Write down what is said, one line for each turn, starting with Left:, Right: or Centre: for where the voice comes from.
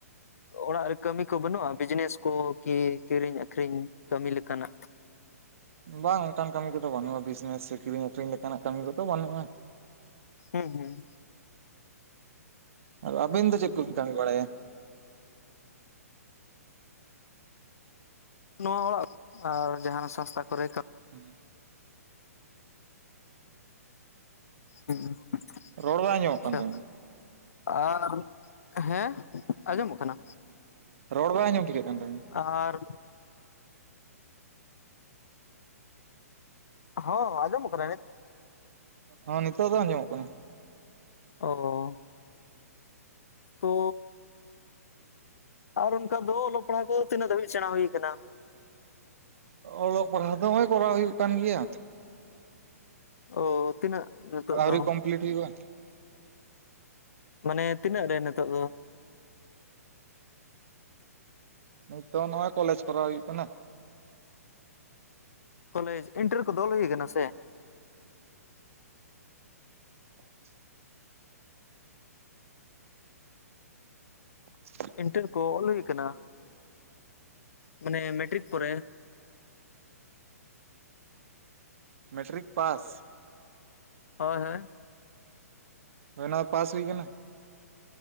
Left: ᱚᱲᱟᱜ ᱨᱮ ᱠᱟᱹᱢᱤ ᱠᱚ ᱵᱟᱹᱱᱩᱜ-ᱟ ᱵᱤᱡᱽᱱᱮᱥ ᱠᱚ ᱠᱤ ᱠᱤᱨᱤᱧ ᱟᱹᱠᱷᱨᱤᱧ ᱠᱟᱹᱢᱤ ᱞᱮᱠᱟᱱᱟᱜ
Right: ᱵᱟᱝ ᱚᱱᱠᱟᱱ ᱠᱟᱹᱢᱤ ᱠᱚᱫᱚ ᱵᱟᱹᱱᱩᱜ-ᱟ ᱵᱤᱡᱽᱱᱮᱥ ᱥᱮ ᱠᱤᱨᱤᱧ ᱟᱠᱷᱨᱤᱧ ᱞᱮᱠᱟᱱᱟᱜ ᱠᱟᱹᱢᱤ ᱠᱚᱫᱚ ᱵᱟᱹᱱᱩᱜ-ᱟ
Left: ᱦᱮᱸ ᱦᱮᱸ
Right: ᱟᱫᱚ ᱟᱹᱵᱤᱱ ᱫᱚ ᱪᱮᱫ ᱠᱚᱵᱤᱱ ᱠᱟᱹᱢᱤ ᱵᱟᱲᱟᱭᱟ
Left: ᱱᱚᱣᱟ ᱚᱲᱟᱜ ᱟᱨ ᱡᱟᱦᱟ ᱥᱟᱥᱛᱟ ᱠᱚᱨᱮ ᱠᱟᱹᱢᱤ
Right: ᱦᱮᱸ
Left: ᱦᱮᱸ
Right: ᱨᱚᱲ ᱵᱟᱭ ᱟᱸᱡᱚᱢᱚᱜ
Left: ᱟᱪᱪᱷᱟ
Right: ᱠᱟᱱ ᱛᱟᱵᱤᱱᱟ
Left: ᱟᱨ ᱦᱮᱸ ᱟᱸᱡᱚᱢᱚᱜ ᱠᱟᱱᱟ
Right: ᱨᱚᱲ ᱵᱟᱭ ᱟᱸᱡᱚᱢ ᱴᱷᱤᱠᱟᱹᱜ ᱠᱟᱱ ᱛᱟᱵᱤᱱᱟ
Left: ᱟᱨ ᱦᱚᱸ ᱟᱸᱡᱚᱢᱚᱜ ᱠᱟᱱᱟ ᱱᱤᱛ
Right: ᱦᱚᱸ ᱱᱤᱛᱳᱜ ᱫᱚ ᱟᱸᱡᱚᱢᱚᱜ ᱠᱟᱱᱟ
Left: ᱚ ᱛᱚ ᱟᱨ ᱚᱱᱠᱟ ᱫᱚ ᱚᱞᱚᱜ ᱯᱟᱲᱦᱟᱜ ᱠᱚ ᱛᱤᱱᱟᱹᱜ ᱫᱟᱹᱵᱤᱡ ᱥᱮᱬᱟ ᱦᱩᱭ ᱟᱠᱟᱱᱟ
Right: ᱚᱞᱚᱜ ᱯᱟᱲᱦᱟᱜ ᱫᱚ ᱱᱚᱜᱼᱚᱭ ᱠᱚᱨᱟᱣ ᱦᱩᱭᱩᱜ ᱠᱟᱱ ᱜᱮᱭᱟ
Left: ᱚ ᱛᱤᱱᱟᱹᱜ ᱱᱤᱛᱚᱜ
Right: ᱟᱹᱣᱨᱤ
Left: ᱫᱚ
Right: ᱠᱚᱢᱯᱞᱤᱴ ᱦᱩᱭᱩᱜᱼᱟ
Left: ᱢᱟᱱᱮ ᱛᱤᱱᱟᱹᱜ ᱨᱮ ᱱᱤᱛᱚᱜ ᱫᱚ
Right: ᱱᱤᱛᱚᱜ ᱱᱚᱜᱼᱚᱭ ᱠᱚᱞᱮᱡᱽ ᱠᱚᱨᱟᱣ ᱦᱩᱭᱩᱜ ᱠᱟᱱᱟ
Left: ᱠᱚᱞᱮᱡᱽ ᱤᱱᱴᱟᱨ ᱠᱚ ᱫᱚ ᱦᱩᱭ ᱠᱟᱱᱟ ᱥᱮ
Right: <inaudible> <inaudible>
Left: ᱤᱱᱴᱟᱨ ᱠᱚ ᱚᱞ ᱦᱩᱭ ᱟᱠᱟᱱᱟ ᱢᱟᱱᱮ ᱢᱮᱴᱨᱤᱠ ᱯᱚᱨᱮ
Right: ᱢᱮᱴᱨᱤᱠ ᱯᱟᱥ
Left: ᱦᱳᱭ ᱦᱳᱭ
Right: ᱦᱳᱭ ᱚᱱᱟ ᱫᱚ ᱯᱟᱥ ᱦᱩᱭ ᱟᱠᱟᱱᱟ